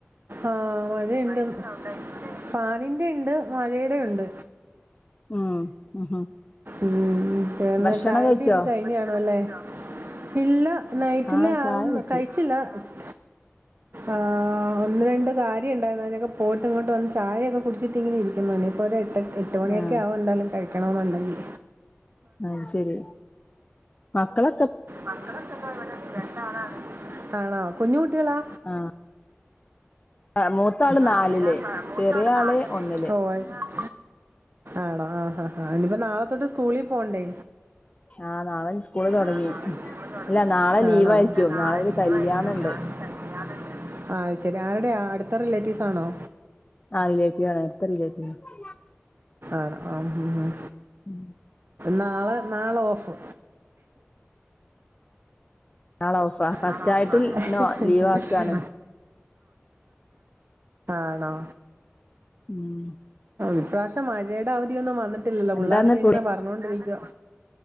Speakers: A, on the right (about 50°); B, on the left (about 30°).
A: ആഹ് മഴയിണ്ട് ഭയങ്കര സൗണ്ടേക്ക് ല്ലേ ഫാനിന്റെ ണ്ട് മഴയുടെണ്ട്.
B: ഉം ഉം
A: ഉം പോന്നോ
B: ഭക്ഷണം
A: ചായകുട്യൊക്കെ
B: കഴിച്ചോ
A: കഴിഞ്ഞാണ്വല്ലേ. ഇല്ല നൈറ്റിലാവുന്നു
B: ആഹ് ചായ കുടിച്ച്
A: കഴിച്ചില്ല. ച്ച് ആഹ് ഒന്ന് രണ്ട് കാര്യണ്ടായിര്ന്നു അതിനൊക്കെ പോട്ട് ങ്ങ്ട്ട് വന്ന് ചായൊക്കെ കുടിച്ചിട്ടിങ്ങനെ ഇരിക്കുന്ന് ഇനിയിപ്പോരേട്ട എട്ട് മണിയൊക്കാവും
B: ആഹ്
A: എന്താലും കഴിക്കണന്നുണ്ടെങ്കി.
B: അയ് ശെരി മക്കള
A: മക്കളെക്കെ പ്പവടണ്ട് രണ്ടാളാണ്. ആണോ കുഞ്ഞ് കുട്ടികളാ?
B: ആഹ് മൂത്ത ആള്
A: ആഹ്
B: നാലില്
A: ഒരാപ്പ മൂത്താള്
B: ചെറിയ
A: നാല്
B: ആള്
A: ല്.
B: ഒന്നില്
A: ഓഹ് അത് ശെ ആണോ ആ ഹാ ഹാ ഇനിപ്പോ നാളതൊട്ട് സ്കൂളി പോണ്ടേ.
B: ആഹ് നാളെ സ്കൂള് തുടങ്ങി
A: നാളെ സ്‌കൂള് തൊടങ്ങി.
B: ഇല്ല നാളെ ലീവ്
A: ആണോ
B: ആയിരിക്കും
A: ഇല്ല നാളെ
B: ഒരു
A: ലീവായിരിക്കും
B: കല്യാണം ഉണ്ട്
A: നാളൊരു കല്യാണ ണ്ട് അ ശെരി ആര്ടാ അട് ഇത്ര റിലേറ്റീവ്സ് ആണോ
B: ആഹ് റിലേറ്റീവ് ആണ് അടുത്ത റിലേറ്റീവ് ആണ്
A: ആണ് ആം ഹും ഹും
B: ഉം
A: നാളെ നാളെ ഓഫ്
B: നാളെ ഓഫാ ഫസ്റ്റ്
A: ആണോ
B: ആയിട്ട്
A: ഇഹിഹി
B: ഇന്ന് ലീവ് ആക്കാണ്
A: ആണോ
B: ഉം
A: ഇപ്രാവശ്യം മഴയുടെ അവധിയൊന്നും വന്നിട്ടില്ലല്ലോ
B: എന്താന്ന്
A: പുള്ളാരൊക്കെ ഇങ്ങനെ
B: പൊടി
A: പറഞ്ഞോണ്ടിരിക്കുവോ